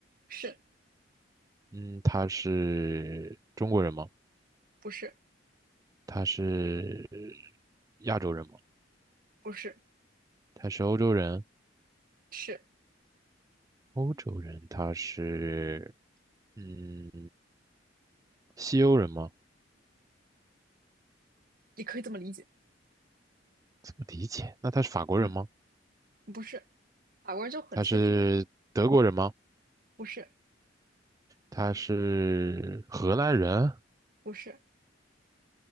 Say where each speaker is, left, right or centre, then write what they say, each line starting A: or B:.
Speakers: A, on the right; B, on the right.
A: 是，
B: 嗯，他是中国人吗？
A: 不是，
B: 他是亚洲人吗？
A: 不是，
B: 他是欧洲人？
A: 是，
B: 欧洲人他是嗯西欧人吗？
A: 也可以这么理解，
B: 怎么理解？那他是法国人吗？
A: 嗯，不是，法国人就很确定了，
B: 他是德国人吗？
A: 不是，
B: 他是荷兰人？
A: 不是，